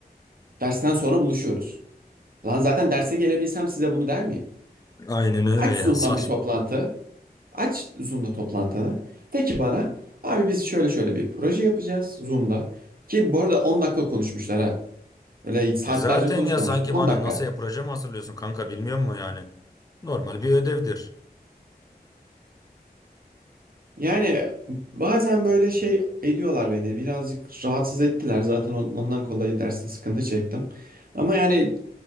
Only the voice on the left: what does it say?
Aynen öyle
ya
saçmalık.
E zaten
ya sanki
bana
NASA'ya proje mi hazırlıyorsun kanka bilmiyor musun yani? Normal bir ödevdir.